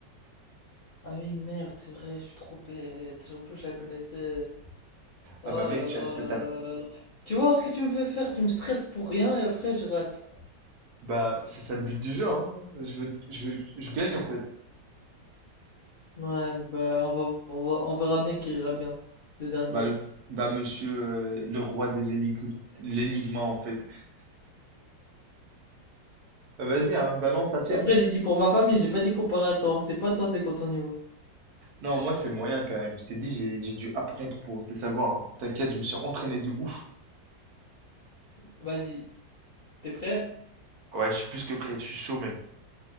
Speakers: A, on the left; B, on the right.
A: Ah oui, merde, c'est vrai, je suis trop bête. En plus, je la connaissais. Oh
B: Ah bah mec,
A: là
B: tu
A: là
B: as, t'as-
A: là
B: t'as-
A: là là là. Tu vois ce que tu me fais faire, tu me stresses pour rien et après je rate.
B: Bah, c'est ça le but du jeu, hein. Je veux, je veux- je gagne, en fait.
A: Ouais, bah on va, on va- on verra bien qui ira bien, le dernier.
B: Bah, bah monsieur euh, le roi des énigmes, l'énigma en fait. Bah, vas-y, hein, balance la tienne.
A: Après, j'ai dit pour ma famille, j'ai pas dit comparateur, c'est pas toi, c'est quoi ton niveau?
B: Non, moi c'est moyen quand même. Je t'ai dit, j'ai j'ai dû apprendre pour te savoir. hein. T'inquiète, je me suis entraîné de ouf.
A: Vas-y, t'es prêt?
B: Ouais, je suis plus que prêt, je suis chaud même.